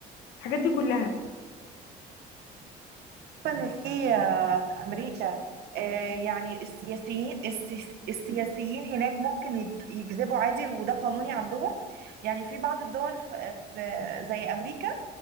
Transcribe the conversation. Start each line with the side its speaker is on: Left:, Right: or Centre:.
Left: الحاجات دي كلها
Right: إنه في في أمريكا آه، يعني السياسيين السي- السياسيين هناك ممكن يج- يكذبوا عادي وده قانوني عندهم يعني في بعض الدول في في- زي أمريكا